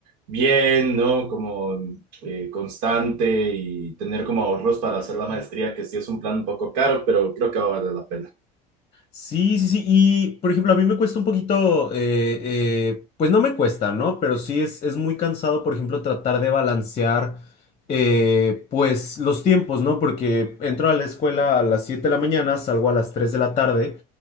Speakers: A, on the right; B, on the left.
A: bien, ¿no? Como eh, constante y tener como ahorros para hacer la maestría, que sí es un plan un poco caro, pero creo que va a valer la pena.
B: Sí, sí, sí. Y, por ejemplo, a mí me cuesta un poquito, eh, eh, pues no me cuesta, ¿no? Pero sí es, es muy cansado, por ejemplo, tratar de balancear, eh, pues, los tiempos, ¿no? Porque entro a la escuela a las 7 de la mañana, salgo a las 3 de la tarde